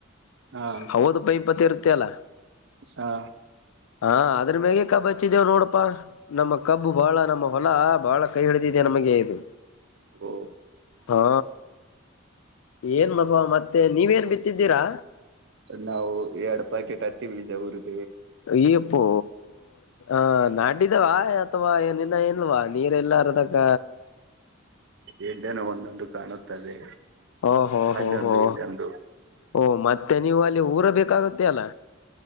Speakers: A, on the right (about 60°); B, on the left (about 80°).
A: ಹಾ
B: ಹೌದ ಪೈ ಪತ್ತ ಇರುತ್ತೆ ಅಲ್ಲ
A: ಹಾ
B: ಹಾ ಅದ್ರ ಮ್ಯಗಕ್ಕ ಬಚ್ಚಿದೇವ ನೋಡಪ್ಪಾ ನಮ್ಮ ಕಬ್ಬು ಬಾಳ ನಮ್ಮ ಹೊಲ ಬಹಳ ಕೈ ಹಿಡಿದಿದೆ ನಮಗೆ ಇದು
A: ಓ
B: ಹಾ ಏನ್ ಮಪ ಮತ್ತೆ ನೀವೇನ್ ಬಿತ್ತಿದ್ದೀರಾ
A: ನಾವು ಎರಡ್ ಪ್ಯಾಕೆಟ್ ಹತ್ತೀವಿವಿಜ ಊರಿಗೆ
B: ಈಪ್ಪೋ ಆ ನಾಡಿದಾವ ಅಥವಾ ಏನನ್ನ ಎಲ್ವಾ ನೀರ್ ಎಲ್ಲ ಅರ್ದಕ್ಕ
A: ಎಲ್ಲನೋ ಒಂದೊಂದು ಕಾಣುತ್ತದೆ
B: ಓಹೋ ಹೋ
A: ಅಲ್ಲೊಂದು
B: ಹೋ
A: ಇಲ್ಲೊಂದು
B: ಓ ಮತ್ತೆ ನೀವು ಅಲ್ಲಿ ಊರ ಬೇಕಾಗುತ್ತೆ ಅಲ್ಲ